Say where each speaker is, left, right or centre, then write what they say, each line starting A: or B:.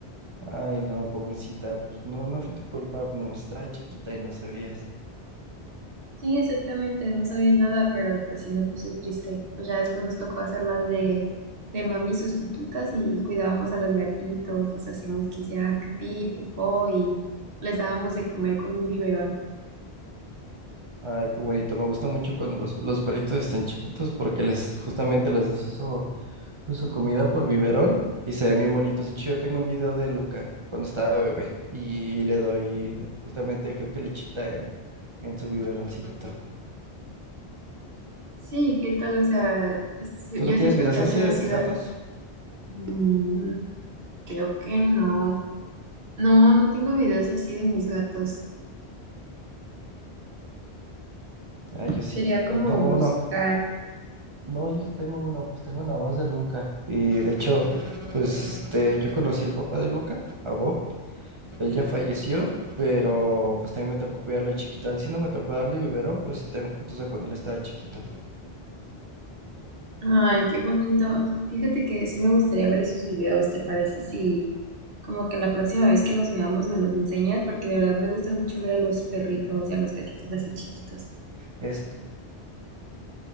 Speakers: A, on the right; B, on the right.
A: Ay, no, pobrecita, pues no, no fue tu culpa, pues, nomás estaba chiquita y no sabías.
B: Sí, exactamente, no sabía nada, pero pues sí me puse triste. Pues ya después nos tocó hacerlas de, de mami sustitutas y cuidábamos a los gatitos, les hacíamos que hicieran pipí, popó y les dábamos de comer con un biberón.
A: Ay, qué bonito. Me gusta mucho cuando los, los perritos están chiquitos porque les justamente les das eso, pues, su comida por biberón y se ven bien bonitos. De hecho, yo tengo un video de Luca cuando estaba bebé y le doy justamente creo que lechita en, en su biberoncito.
B: Sí, ¿qué tal? O sea, es- yo
A: ¿Tú no tienes
B: siento
A: videos
B: que ha
A: así
B: de haber
A: de
B: sido...
A: tus gatos?
B: mm, creo que no. No, no tengo videos así de mis gatos.
A: Ah, yo sí,
B: Sería como
A: ahí tengo
B: buscar.
A: uno. No, yo sí tengo uno, pues tengo nada más de Luca. Y de hecho, pues este, yo conocí al papá de Luca, a Bo, Él ya falleció, pero pues también me tocó cuidarlo de chiquito. A él sí no me tocó darle biberón, pero sí tengo fotos de cuando él estaba chiquito.
B: Ay, qué bonito. Fíjate que sí me gustaría ver esos videos, ¿te parece? Si como que la próxima vez que nos veamos me los enseñas, porque de verdad me gusta mucho ver a los perritos y a los gatitos así chiquitos.
A: Este,